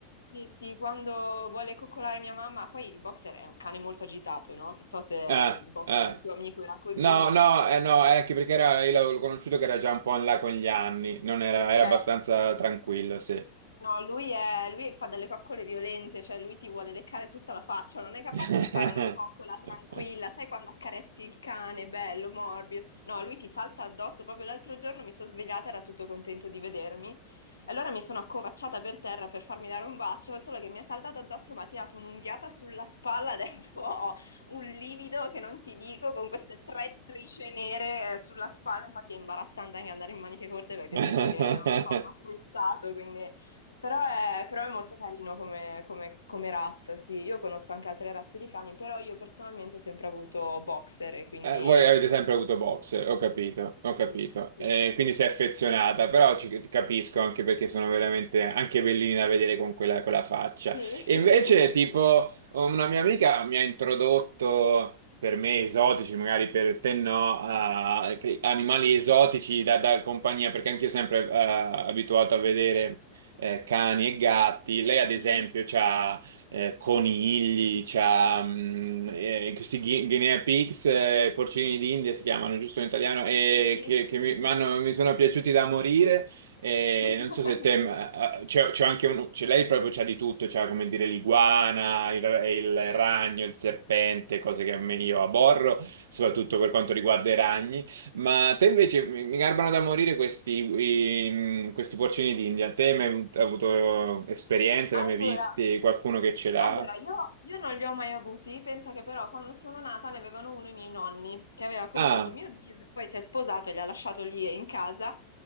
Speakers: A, on the left (about 75°); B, on the right (about 60°).
A: sì, sì, quando vuole coccolare mia mamma, poi il boxer è un cane molto agitato, no? Non so se il
B: Ah,
A: boxer
B: ah.
A: del tuo amico era così,
B: No,
A: ma
B: no, eh, no, è anche perché era, io l'avevo conosciuto che era già un po' in là con gli anni, non era,
A: ok.
B: era abbastanza tranquillo, sì.
A: No, lui, è, lui fa delle coccole violente, cioè lui ti vuole leccare tutta la faccia, non è capace
B: <laughs>
A: di fare una coccola tranquilla, sai quando accarezzi il cane, bello, morbido. No, lui ti salta addosso, proprio l'altro giorno mi sono svegliata, era tutto contento di vedermi. Allora mi sono accovacciata per terra per farmi dare un bacio, solo che mi ha saltato addosso, mi ha tirato un'unghiata sulla spalla, adesso ho un livido che non ti dico, con queste tre strisce nere eh, sulla spalla, infatti è imbarazzante anche andare in maniche corte perché
B: <laughs>
A: sembra che, non so, mi ha frustato, quindi... Però è, però è molto carino come, come- come razza, sì. Io conosco anche altre razze di cani, però io personalmente ho sempre avuto boxer e quindi...
B: Eh, voi avete sempre avuto box, ho capito, ho capito.
A: Sì, sì,
B: Eh,
A: sì.
B: quindi sei affezionata, però ci, ti capisco anche perché sono veramente anche bellini da vedere con quella, quella faccia.
A: Sì, <laughs>
B: E invece, tipo,
A: sì.
B: una mia amica mi ha introdotto, per me esotici, magari per te no, a che- animali esotici da, da compagnia, perché anch'io sempre eh, abituato a vedere eh, cani e gatti. Lei,
A: Mhm.
B: ad esempio, c'ha eh, conigli, c'ha, mh, eh, questi ghi- guinea pigs, eh, porcini d'India si chiamano giusto in italiano, e
A: Sì,
B: che, che mi,
A: sì, sì,
B: m'hanno-
A: sì.
B: mi sono piaciuti da morire. E
A: <laughs>
B: non so se te, ma- ah, c'è c'è anche uno, c'è- lei proprio c'ha di tutto, c'ha come dire l'iguana, il, il ragno, il serpente, cose che a me- io aborro, soprattutto per quanto riguarda i ragni. Ma te invece mi mi garbano da morire questi, i- mm, questi porcini d'India. Te mi hai mai avut- avuto esperienze,
A: Allora,
B: ne hai mai visti? Qualcuno che ce l'ha?
A: Allora, io, io non li ho mai avuti, pensa che però quando sono nata ne avevano uno i miei nonni, che aveva comprato
B: Ah,
A: mio zio, che poi si è sposato e li ha lasciato lì in casa,